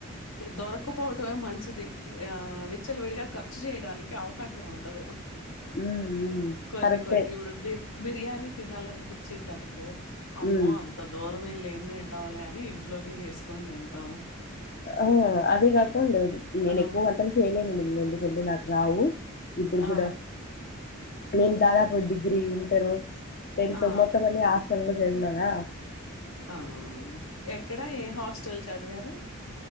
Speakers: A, on the left (about 70°); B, on the left (about 45°).
A: దొరకపోవటమే మంచిది ఆ విచ్చల్ విడిగా క ర్చ చేయడానికి అవకాశం ఉండదు
B: ఉ
A: కొన్ని
B: కరెక్టే
A: కొన్ని ఇప్పుడు బి బిర్యానీ తెనాలి చ్చింది అనకు అమ్మో
B: హ్మ్.
A: అంత దూరం ఇరమే లే ఏని తింటవాల కాని ఇంట్లోనే చేసుకని తింటాం
B: అ అది కా <unintelligible> నేను
A: ఆ!
B: ఎక్కువ వంటలు చేయలేనును రడి నాకు రావు ఇప్పుడు
A: ఆ!
B: కూడా
A: ఆ!
B: నేను దాదాపు డిగ్రీ ఫరు ఎంతంతో
A: ఆ!
B: మత్త మ ఆసనలో జ విన్నానా
A: ఆ ఎక్కడా ఏ హాస్టల్ చదివారు